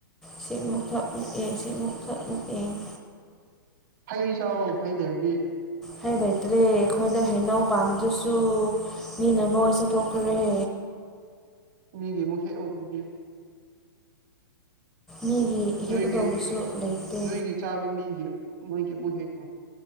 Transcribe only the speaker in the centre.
ꯁꯤ ꯑꯃꯨꯛ ꯊꯛ ꯑꯃꯨꯛ ꯌꯦꯡ ꯁꯤꯃꯨꯛ ꯊꯛ ꯑꯃꯨꯛ ꯌꯦꯡꯉꯤ
ꯍꯥꯏ ꯂꯩꯇ꯭ꯔꯦ ꯑꯩꯈꯣꯏꯗ ꯍꯩꯅꯎ ꯄꯥꯝꯕꯗꯨꯁꯨ ꯃꯤꯅ ꯂꯣꯏꯁꯨ ꯊꯣꯛꯣꯛꯈ꯭ꯔꯦ
ꯃꯤꯒꯤ
ꯍꯦꯛꯀꯗꯧꯕꯁꯨ ꯂꯩꯇꯦ